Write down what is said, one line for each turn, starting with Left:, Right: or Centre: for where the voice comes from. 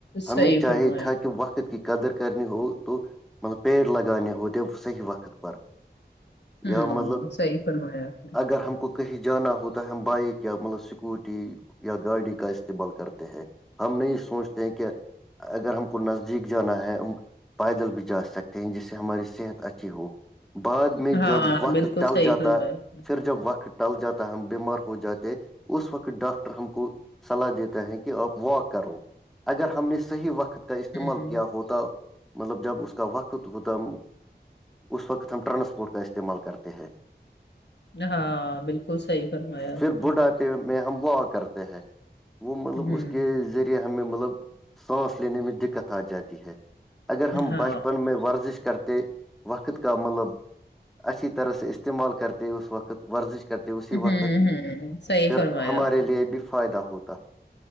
Centre: ہمیں
Left: صحیح
Centre: چاہیے
Left: فرمایا
Centre: تھا کہ وقت ک قدر کرنی ہو تو مطلب پیڑ لگانانے ہو تو صحیح وقت پر
Left: ہوں
Centre: یہیا مطلب
Left: صحیح فرمایا آپ نے
Centre: اگر ہم کو کہیں جانا ہوتا ہے ہم بائک یا مطلب سکوٹی یا گاڑی کا استعمال کرتے ہیں ہم نہیں سوچتے ہیں کہ اگر ہم کو نزدیک جانا ہے پیدل بھی جا سکتے ہیں جس سے ہماری صحت اچھی ہو بعد میں
Left: ہاں
Centre: جب وقت
Left: بالکل
Centre: ٹل
Left: صحیح
Centre: جاتا
Left: فرمایا آپ نے
Centre: پھر جب وقت ٹل جاتا ہے ہم بیمار ہو جاتے اس وقت ڈاکٹر ہم کو صلاح دیتا ہے کہ آپ واک کرو اگر ہم نے صحیح وقت کا استعمال
Left: ہوں
Centre: کیا ہوتا مطلب جب اس کا وقت ہوتا اس وقت ہم ٹرانسپورٹ کا استعمال کرتے ہیں
Left: ہاں بالکل صحیح فرمایا اس
Centre: پھر
Left: نے
Centre: بڑھاپے میں ہم وا کرتے ہیں وہ مطلب
Left: ہوں
Centre: اس کے ہمیں مطلب سانس لینے میں دکت آ جاتی ہے اگر ہم
Left: ہاں
Centre: بچپن میں ورزش کرتے وقت کا مطلب اچھی طرح سے استعمال کرتے ہو اس وقت ورزش کرتی اسی وقت
Left: ہوں ہوں صحیح
Centre: پھر
Left: فرمایا
Centre: ہمارے
Left: آپ نے۔
Centre: لیے بھی فائدہ ہوتا